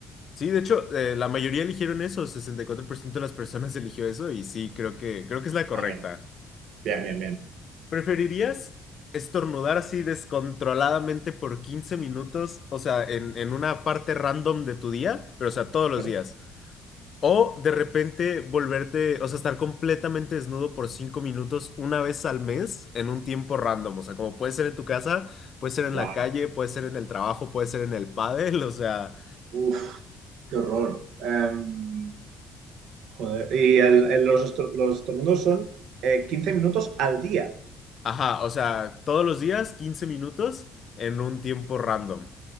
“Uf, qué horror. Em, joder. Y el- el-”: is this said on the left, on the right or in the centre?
Right